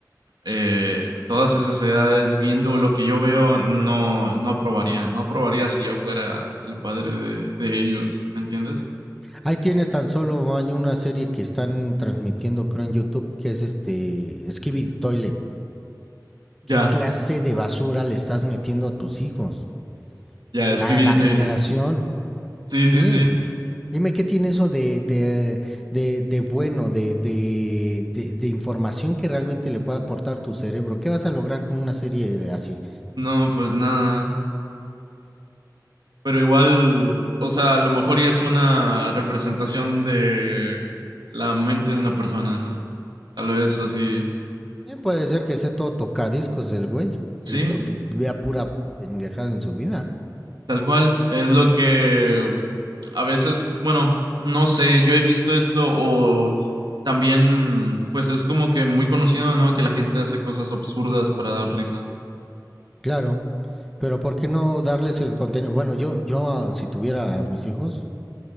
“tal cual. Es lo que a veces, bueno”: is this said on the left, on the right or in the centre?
Right